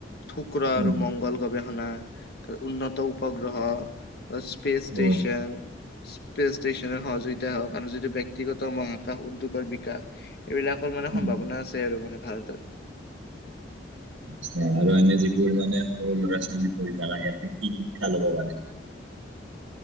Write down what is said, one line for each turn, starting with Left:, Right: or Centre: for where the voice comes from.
Left: শুক্ৰ আৰু
Right: উম,
Left: মংগল গৱেষণা। উন্নত উপগ্ৰহ, স্পেচ
Right: অ',
Left: ষ্টেচন। স্পেচ ষ্টেচনৰ সহযোগিতা হওক আৰু যিটো ব্যক্তিগত মহাকাশ উদ্যোগৰ বিকাশ এইবিলাকৰ মানে
Right: উম,
Left: সম্ভাৱনা আছে আৰু মানে ভাৰতত।
Right: আচ্ছা আৰু এনে যিবোৰ মানে সৰু ল'ৰা-ছোৱালী পঢ়ি থকা, সিহঁতে কি শিক্ষা ল'ব পাৰে?